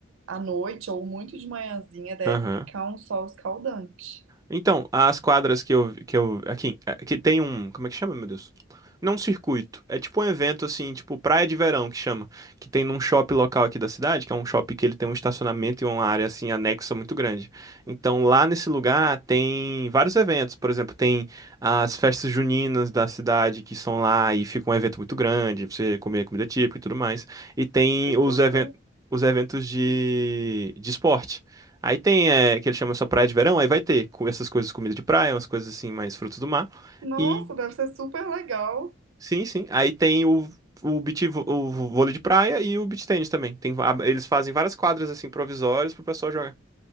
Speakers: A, on the right; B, on the right.
A: à noite ou muito de manhãzinha, deve
B: Aham,
A: ficar um sol escaldante.
B: Então, as quadras que eu, que eu, aqui, eh, que tem um, como é que chama, meu Deus? Não um circuito, é tipo um evento assim, tipo praia de verão que chama, que tem num shopping local aqui da cidade, que é um shopping que ele tem um estacionamento e uma área assim anexa muito grande. Então, lá nesse lugar tem vários eventos, por exemplo, tem as festas juninas da cidade que são lá e fica um evento muito grande, pra você comer comida típica e tudo mais. E tem
A: Que tudo.
B: os eventos os eventos de, de esporte. Aí tem, é, que ele chama só praia de verão, aí vai ter com essas coisas, comida de praia, umas coisas assim, mais frutos do mar.
A: Nossa,
B: E
A: deve ser super legal.
B: sim, sim. Aí tem o, o beach, vo- o vôlei de praia e o beach tennis também. Tem, va- eles fazem várias quadras assim provisórias pro pessoal jogar.